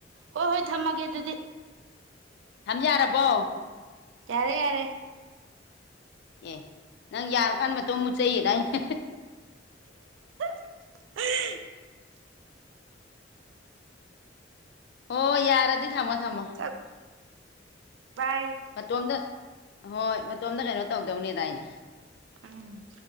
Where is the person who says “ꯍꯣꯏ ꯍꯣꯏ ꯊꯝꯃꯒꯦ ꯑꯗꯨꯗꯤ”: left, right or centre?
Right